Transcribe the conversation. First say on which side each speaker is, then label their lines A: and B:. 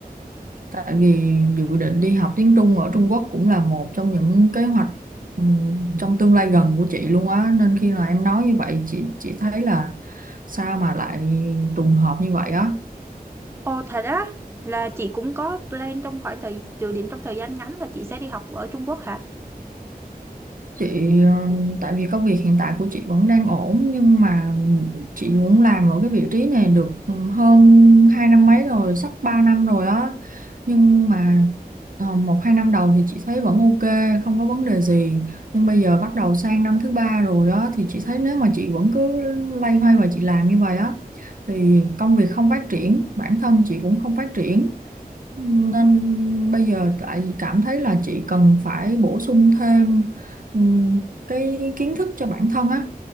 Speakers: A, on the right (about 60°); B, on the right (about 15°).
A: tại vì dự định đi học tiếng Trung ở Trung Quốc cũng là một trong những kế hoạch ừm, trong tương lai gần của chị luôn á nên khi mà em nói như vậy chị chị thấy là sao mà lại trùng hợp như vậy á
B: Ồ thật á, là chị cũng có plan trong khoảng thời dự định trong thời gian ngắn là chị sẽ đi học ở Trung Quốc hả?
A: Chị ờ, tại vì công việc hiện tại của chị vẫn đang ổn nhưng mà chị muốn làm ở cái vị trí này được ừ, hơn hai năm mấy rồi, sắp 3 năm rồi á. Nhưng mà ờ, một hai năm đầu thì chị thấy vẫn ok, không có vấn đề gì. Nhưng bây giờ bắt đầu sang năm thứ ba rồi á thì chị thấy nếu mà chị vẫn cứ loay hoay và chị làm như vậy á thì công việc không phát triển, bản thân chị cũng không phát triển. Nên bây giờ tại cảm thấy là chị cần phải bổ sung thêm Ừm, cái kiến thức cho bản thân á